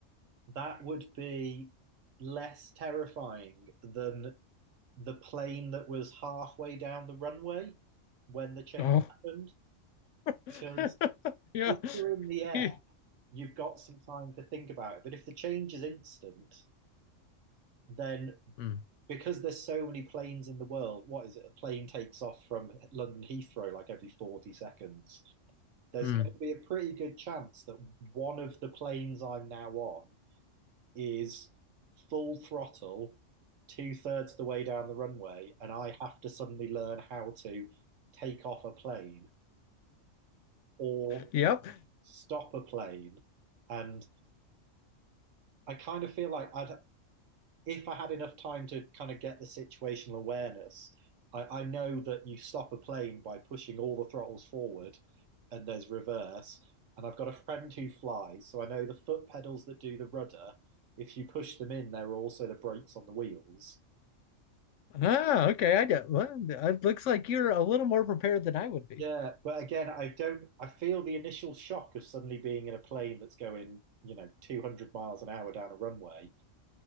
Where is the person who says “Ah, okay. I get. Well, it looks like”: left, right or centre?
Left